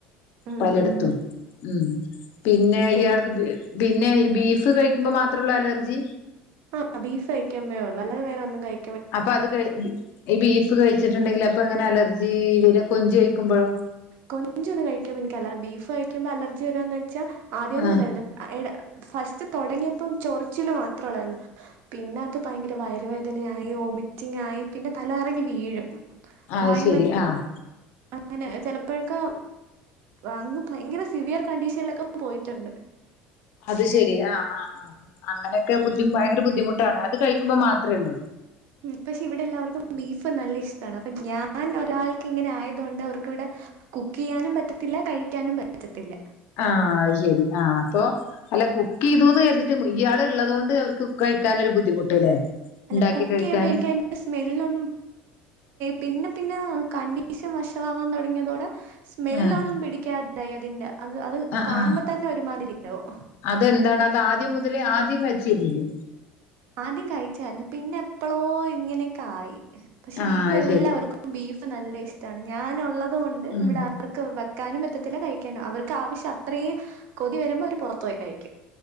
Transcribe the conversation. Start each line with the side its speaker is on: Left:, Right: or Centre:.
Right: ഉം
Left: പലയിടത്തും
Right: ഉം
Left: ഉം പിന്നെ
Right: പിൻ
Left: ഇയാൾക്ക് പിന്നെ ഈ ബീഫ് കഴിക്കുമ്പോ മാത്രഉള്ളു അലർജി
Right: ആഹ് ബീഫ് കഴികുമ്പഴേ ഉള്ളു അല്ലാതെ വേറെ ഒന്നും കഴി
Left: അപ്പൊ അത് കഴി ഈ ബീഫ് കഴിച്ചിട്ടുണ്ടെങ്കിൽ അപ്പൊ എങ്ങനെ അലർജി വരും കൊഞ്ചു കഴിക്കുമ്പഴോ
Right: കൊഞ്ച് ഒന്നും കഴിക്കുമോ എനിക്കല്ല ബീഫ് കഴിക്കുമ്പോ അലർജി വരാന്ന് വച്ചാ ആദ്യം ഒന്നും
Left: ആഹ്
Right: ഇല്ലായിരുന്നു എടാ ഫസ്റ്റ് തൊടങ്ങിയപ്പോം ചൊറിച്ചില് മാത്ര ഉള്ളായിരുന്നു പിന്നെ അത് ഭയങ്കര വയറുവേദനയായി വൊമിറ്റിംഗ് ആയി പിന്നെ തല കറങ്ങി വീഴും
Left: അത്
Right: വായിന്ന്
Left: ശരി ആഹ്
Right: അങ്ങനെ ചെലപ്പഴൊക്കെ അങ്ങ് ഭയങ്കര സിവിയർ കണ്ടീഷനിലൊക്കെ പോയിട്ടുണ്ട്
Left: അത് ശെരി ആഹ് ആഹ് ആഹ് അങ്ങനെഒക്കെ ബുദ്ധിമുട്ട് ഭയങ്കര ബുദ്ധിമുട്ടാണ് അത് കഴിക്കുമ്പോ മാത്രേള്ളൂ
Right: ഉം പക്ഷെ ഇവിടെ എല്ലാവർക്കും ബീഫ് നല്ല ഇഷ്ടാണ് അപ്പൊ ഞാൻ ഒരാൾക്ക് ഇങ്ങനെ ആയതുകൊണ്ട് അവർക്കിവിടെ കുക്ക് ചെയ്യാനും പറ്റത്തില്ല കഴിക്കാനും പറ്റത്തില്ല
Left: ആഹ അത് ശെരി ആഹ അപ്പൊ അല്ല കുക്ക് ചെയ്തൂന്ന് കരുതിട്ട് ഇയാൾ ഇള്ളതുകൊണ്ട് അവർക്ക് കഴിക്കാനൊര് ബുദ്ധിമുട്ട്ല്ലേ
Right: അല്ല
Left: ഉണ്ടാക്കി
Right: കുക്ക്
Left: കഴിക്കാന്
Right: ചെയ്യുമ്പോ എനിക്ക് അതിന്റെ സ്മെല്ലൊന്നും പിന്നെ പിന്നെ കണ്ടീഷൻ വഷളാവാൻ തൊടങ്ങിയതോടെ സ്മെൽ
Left: ആഹ്
Right: ഒന്നും പിടിക്കാതായി അതിന്റെ അത് അത്
Left: ആഹ്
Right: കാണുമ്പോ
Left: ആഹ്
Right: തന്നെ ഒരുമാതിരി ആവും
Left: അതെന്താണ് അത് ആദ്യം മുതലേ ആദ്യം കഴ്ച്ചിരിന്നില്ലേ
Right: ആദ്യം കഴിച്ചായിരുന്നു പിന്നെ എപ്പളോ ഇങ്ങനെയൊക്കെ ആയി പക്ഷെ
Left: ആഹ്
Right: വീട്ടിലെല്ലാവർക്കും
Left: അത് ശരി
Right: ബീഫ് നല്ല ഇഷ്ടാണ് ഞാനുള്ളത് കൊണ്ട്
Left: ഉം
Right: ഇവിടെ ആർക്കും വെക്കാനും പറ്റത്തില്ല കഴി അവർക്ക് ആവശ്യം അത്രേയും കൊതി വരുമ്പോ അവര് പുറത്തു പോയി കഴിക്കും